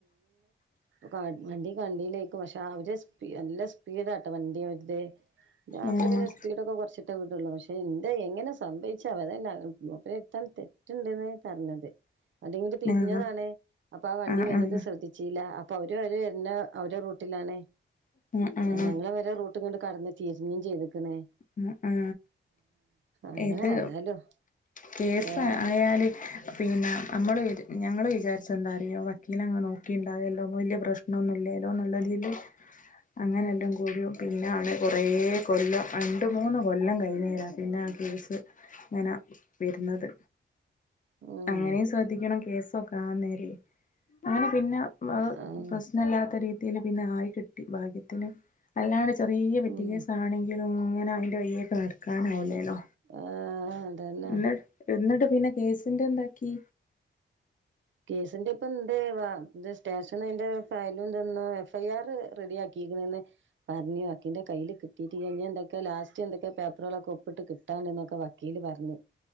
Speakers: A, on the right; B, on the left.
A: ങ്ങൾ <unintelligible> വണ്ടയിലേക്കും പക്ഷെ അവര് സ്പ നല്ല സ്പീഡ ആട്ടോ വണ്ടി അതെ ൻ്റെ മാപ്പള
B: ആഹ്
A: പിന്നെ സ്പീഡ് ഒക്കെ കൊറച്ചിട്ടേ വിടൊള്ളൂ പക്ഷെ എന്താ എങ്ങനെ സംഭവി ച്ചതല്ല മൂപ്പരെടുത്താണ് തെറ്റുണ്ട്ന്ന് പറഞ്ഞത് വണ്ടി ഇങ്ങോട്ട് തിരിഞ്ഞതാണ്
B: ആഹ്
A: അപ്പൊ ആ വണ്ടി
B: ആഹ്
A: വരുന്നത് ശ്രദ്ധിച്ചില്ല അപ്പ അവര് വരെ എ അവരെ റൂട്ടിലാണ്
B: ആഹ് ആഹ് ആഹ്
A: ഞങ്ങള് വരെ റൂ ട്ടണ്ട് കടന്നു തീരിഞ്ഞും ചെയ്തുക്കണേ
B: ആ ആ
A: അങ്ങനെ
B: ഇത്
A: ഏതായാലും
B: കേസ്
A: ഏഹ്
B: ആയാല് പിന്നെ നമ്മൾ വി ഞങ്ങൾ വിചാരിച്ച് എന്താറിയോ വക്കീൽ അങ്ങ് നോക്കിുണ്ടാവല്ലോ വല്ല്യ പ്രശ്നമൊന്നും ഇല്ലല്ലോ എന്നുള്ള തി തില് അങ്ങനെ എല്ലാം കൂടിയും പിന്നെയാണ് കൊറേ കൊല്ലം രണ്ട് മൂന്ന് കൊല്ലം കഴിുന്നേരാം പിന്നെ ആ കേസ് അങ്ങനെ വരുന്നത്
A: ഉം
B: അങ്ങനെയും ശ്രദ്ധിക്കണം കേസൊക്കെ ആന്നേരെ അന പിന്നെ
A: ഉം
B: പ്രശ്നംമല്ലാത്ത രീതിൽ പിന്നെ ആയി കിട്ടി ഭാഗ്യത്തിന് അല്ലാണ്ട് ചെറിയ പെറ്റിക്കേസ്
A: ഉം
B: ആണെങ്കിലും അങ്ങനെ അതിൻ്റെ വയ്യൊക്കെ നടക്കാനാവില്ലല്ലോ
A: ആഹ് അതന്നെ
B: എന്നിട്ട് എന്നിട്ട് പിന്നെ കേസിന്റെ എന്താക്കി
A: കേസിന്റെ ഇപ്പ എന്ത വ സ്റ്റേഷൻ അതിന്റെ ഫയലുംന്ത എഫ് ഐ ആർ റെഡിയാക്കി പറഞ്ഞു അക്കിന്റെ കയ്ൽ കിട്ടീട്ട് കഴിഞ്ഞ് ണ് എന്തൊക്കെ ലാസ്റ്റ് എന്തൊക്കെ പേപ്പറുകളൊക്കെ ഒപ്പിട്ട് കിട്ടണം ന്നൊക്കെ വക്കീൽ പറഞ്ഞു